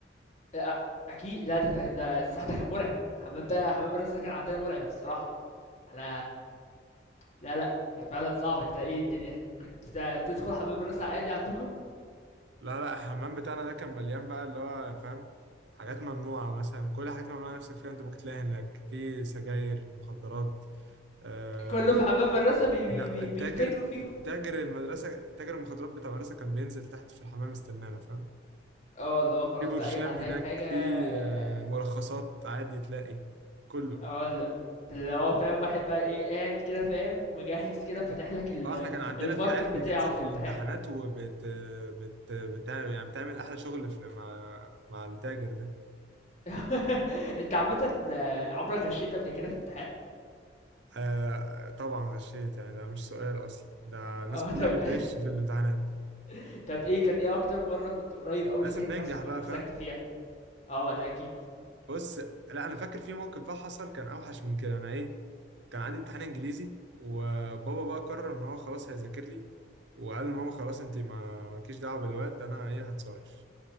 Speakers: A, on the left; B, on the right.
A: أ- أكيد لا ده ده ده الصح ده كان مرعب الحمام ده حمام الرسا ده كان عندنا مرعب الصراحة احنا لا لا كان فعلا صعب انت ايه الدنيا كنت تا- بتدخل حمام الرسا عادي عندكم
B: لا لا الحمام بتاعنا ده كان مليان بقى اللي هو فاهم حاجات ممنوعة مثلا كل حاجات ممنوعة نفسك فيها انت ممكن تلاقيها هناك في سجاير مخدرات آه
A: كله في حمام الرسا بي بي
B: هنا
A: بي
B: التاجر
A: بيتاجروا فيهم
B: تاجر المدرسة تاجر المخدرات بتاع المدرسة كان بينزل تحت في الحمام يستنانا فاهم
A: اه اللي هو خلاص
B: في برشام
A: بقى اي حد
B: هناك
A: عايز حاجة
B: في
A: اه
B: آه ملخصات عادي تلاقي كله
A: اه، لا ده اللي هو فاهم واحد بقى ايه قاعد كده فاهم مجهز كده فاتح لك ال-
B: اه احنا كان عندنا
A: الماركت
B: في عيال بتنزل
A: بتاعه في
B: في
A: الامتحان
B: الامتحانات وبت بت بت يعني بتعمل احلى شغل في مع مع التاجر ده
A: <laughs> أنت عامةً آه، عمرك غشيت قبل كده في امتحان؟
B: آه طبعا غشيت يعني ده مش سؤال اصلا ده الناس
A: آه
B: كلها
A: طب
B: بتغش في الامتحانات
A: <laughs> طب إيه كان إيه أكتر مرّة كنت قريب أوي
B: لازم
A: إن أنت تتمسك
B: ننجح بقى
A: أو اتمسكت
B: فاهم
A: فيها؟ آه ما ده أكيد،
B: بص لا انا فاكر في موقف بقى حصل كان اوحش من كده انا ايه كان عندي امتحان انجليزي وبابا بقى قرر ان هو خلاص هيذاكر لي وقال لماما خلاص انت ما مالكيش دعوه بالواد انا ايه هتصرف